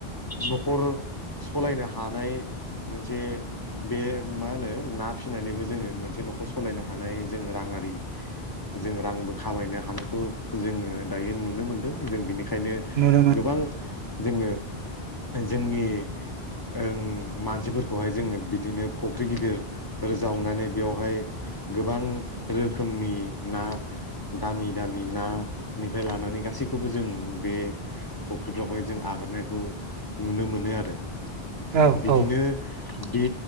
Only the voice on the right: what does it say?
नुनो मोन
औ
औ